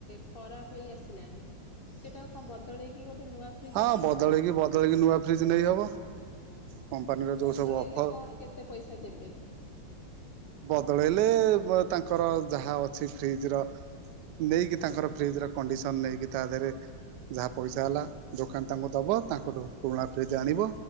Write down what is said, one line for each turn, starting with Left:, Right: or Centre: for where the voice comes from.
Left: ଖରାପ ହେଇ ଆସିଲାଣି। ସେଇଟାକୁ କଣ ବଦଳେଇକି ଗୋଟେ ନୂଆ ଫ୍ରିଜ୍
Right: ହଁ
Left: ଆଣିହବ?
Right: ବଦଳେଇକି ବଦଳେଇକି ନୂଆ ଫ୍ରିଜ୍ ନେଇହବ କମ୍ପାନୀର
Left: ବଦଳେଇଲେ
Right: ଯୋଉ ସବୁ ଅଫର୍
Left: କଣ କେତେ ପଇସା ଦେବେ?
Right: ବଦଳେଇଲେ ବ ତାଙ୍କ୍ ଙ୍କର ଯାହା ଅଛି ଫ୍ରିଜ୍ ର ନେଇକି ତାଙ୍କର ଫ୍ରିଜ୍ ର କଣ୍ଡିସନ୍ ନେଇକି ତା ଧେରେ। ଯାହା ପଇସା ହେଲା ଦୋକାନ ତାଙ୍କୁ ଦବ ତାଙ୍କଠୁ ପୁରୁଣା ଫ୍ରିଜ୍ ଆଣିବ।